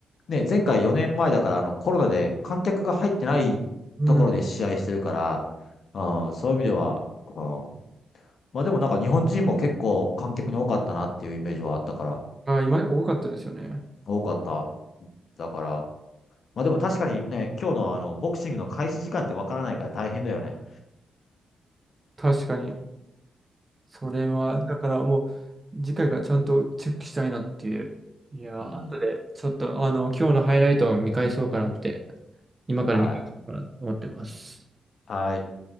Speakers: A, on the left; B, on the right.
A: ね、前回4年前だから、あの、コロナで観客が入ってないところで試合してるから、
B: うん。
A: うん、そういう意味では、うん、まあでもなんか日本人も結構観客に多かったなっていうイメージはあったから、
B: あー、今、多かったですよね。
A: 多かった。だから、まあでも確かにね、今日のあの、ボクシングの開始時間ってわからないから大変だよね。
B: 確かに。それは、だからもう、次回からちゃんとチェックしたいなっていう。いやー、
A: うん。
B: 後で、ちょっと、あの、今日のハイライトを見返そうかなって、今から見返そうかなと思ってます。
A: はい。はい。